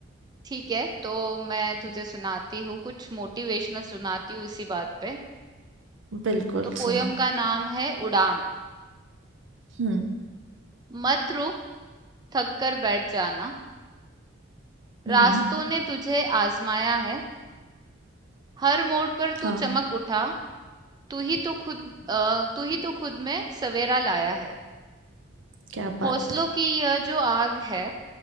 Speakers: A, on the right; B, on the right.
A: ठीक है तो मैं तुझे सुनाती हूँ कुछ मोटिवेशनल सुनाती हूँ इसी बात पे
B: बिल्कुल
A: तो पोयम
B: सुना
A: का नाम है उड़ान
B: हम्म
A: मत रुक थक कर बैठ जाना रास्तों
B: हम्म हम्म,
A: ने तुझे आजमाया है हर मोड़ पर तू
B: हाँ
A: चमक उठा तू ही तो खुद अ, तू ही तो खुद में सवेरा लाया है
B: क्या बात
A: हौसलों
B: है
A: की यह जो आग है